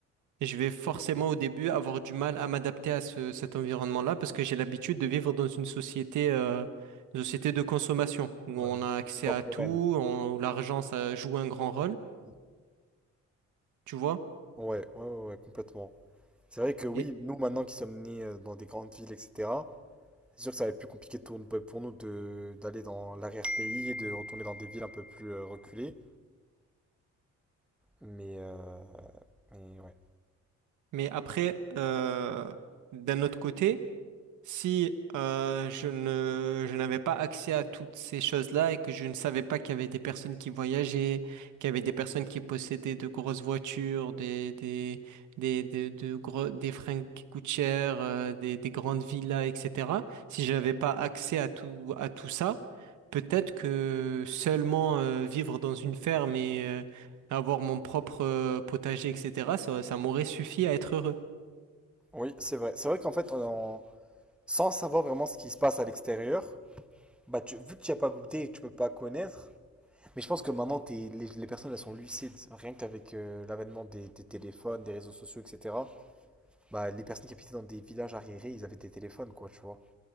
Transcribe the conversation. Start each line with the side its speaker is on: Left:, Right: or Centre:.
Right: Je vais forcément au début avoir du mal à m'adapter à ce- cet environnement-là parce que j'ai l'habitude de vivre dans une société, euh, une société de consommation où
Centre: Ouais,
Right: on a
Centre: c'est
Right: accès
Centre: contemporaine.
Right: à tout, on- où l'argent, ça joue un grand rôle,
Centre: Ouais,
Right: tu vois.
Centre: ouais, ouais, ouais, complètement. C'est vrai que oui,
Right: Et-
Centre: nous maintenant qui sommes nés euh, dans des grandes villes, etc., C'est sûr que ça va être plus compliqué de tourner- pour nous de d'aller dans l'arrière-pays et de retourner dans des villes un peu plus euh, reculées. Mais, euh, mais ouais.
Right: mais après, euh, d'un autre côté, Si euh, je ne, je n'avais pas accès à toutes ces choses-là et que je ne savais pas qu'il y avait des personnes qui voyageaient, qu'il y avait des personnes qui possédaient de grosses voitures, des, des, des, des, de gros, des fringues qui coûtent cher, euh, des, des grandes villas, etc. Si je n'avais pas accès à tout, à tout ça, peut-être que seulement euh, vivre dans une ferme et euh, avoir mon propre euh, potager, etc., ça, ça m'aurait suffi à être heureux.
Centre: Oui, c'est vrai. C'est vrai qu'en fait, en- sans savoir vraiment ce qui se passe à l'extérieur, bah tu- vu que tu n'y as pas goûté et que tu peux pas connaître, mais je pense que maintenant t'es- les, les personnes elles sont lucides, rien qu'avec euh, l'avènement des, des téléphones, des réseaux sociaux, etc. Bah les personnes qui habitaient dans des villages arriérés, ils avaient des téléphones, quoi, tu vois.